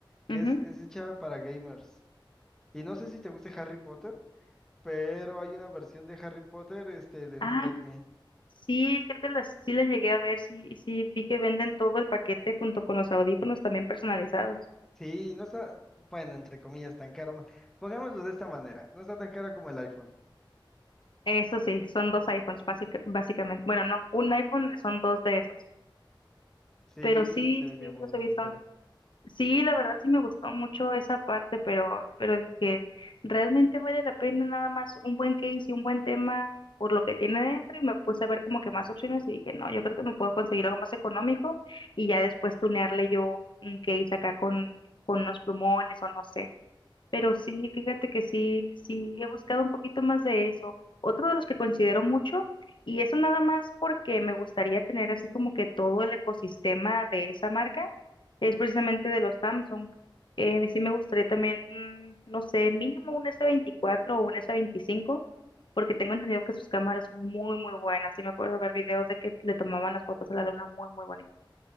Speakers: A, in the centre; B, on the left.
A: que
B: ujú.
A: es, es hecha para gamers. Y no sé si te guste Harry Potter, pero hay una versión de Harry Potter, este, de
B: Ah,
A: un Redmi.
B: sí, creo que las, sí la llegué a ver, sí, sí, vi que venden todo el paquete junto con los audífonos también personalizados.
A: Sí, no está, bueno, entre comillas, tan caro. Pongámoslo de esta manera, no está tan caro como el iPhone.
B: Eso sí, son dos iPhones básica- básicamente. Bueno, no, un iPhone son dos de esos.
A: Sí,
B: Pero
A: y
B: sí,
A: se ve bien
B: sí,
A: bonito.
B: los he visto. Sí, la verdad sí me gustó mucho esa parte, pero, pero dije, ¿realmente vale la pena nada más un buen case y un buen tema por lo que tiene dentro? Y me puse a ver como que más opciones y dije, no, yo creo que me puedo conseguir algo más económico y ya después tunearle yo un case acá con, con unos plumones o no sé. Pero sí, fíjate que sí, sí he buscado un poquito más de eso. Otro de los que considero mucho, y eso nada más porque me gustaría tener así como que todo el ecosistema de esa marca, es precisamente de los Samsung. Eh, sí me gustaría también, un, no sé, mínimo un S24 o un S25, porque tengo entendido que sus cámaras son muy, muy buenas. Sí me acuerdo ver videos de que le tomaban las fotos a la luna muy, muy bonitas.